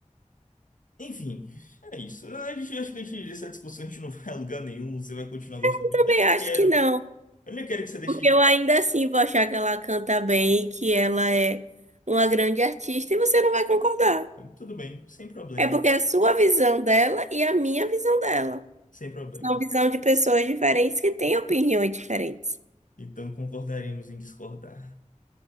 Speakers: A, on the left (about 90°); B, on the right (about 65°).
A: enfim, é isso. A gente acho que a gente, essa discussão a gente não vai a lugar nenhum. Você vai continuar gostando.
B: eu
A: de-
B: também
A: Eu nem
B: acho
A: quero.
B: que não.
A: Eu nem quero que você deixe
B: Porque eu ainda assim vou achar que ela canta bem, que ela é uma grande artista e você não vai concordar.
A: Então, Tudo bem, sem problemas,
B: É porque é a sua visão dela e a minha visão dela.
A: sem problemas.
B: São visão de pessoas diferentes que têm opiniões diferentes.
A: Então concordaremos em discordar.